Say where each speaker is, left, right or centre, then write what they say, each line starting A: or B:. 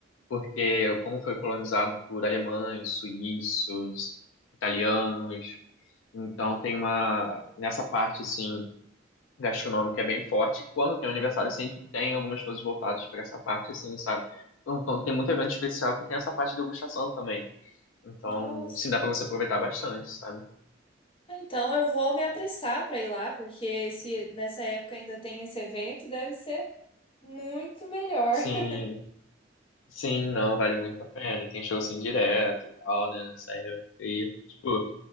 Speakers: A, on the left; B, on the left.
A: Porque como foi colonizado por alemães, suíços, italianos, então tem uma nessa parte assim gastronômica é bem forte. Quando tem aniversário sempre tem algumas coisas voltadas para essa parte assim, sabe? Então então tem muito evento especial que tem essa parte de degustação também. Então,
B: Nossa.
A: sim, dá para você aproveitar bastante, sabe?
B: Ah, Então eu vou me apressar para ir lá, porque se nessa época ainda tem esse evento, deve ser muito melhor.
A: Sim,
B: <laughs>
A: sim, não,
B: Eu-
A: vale muito a pena. E tem show assim direto e tal, né? Nessa época. E, tipo,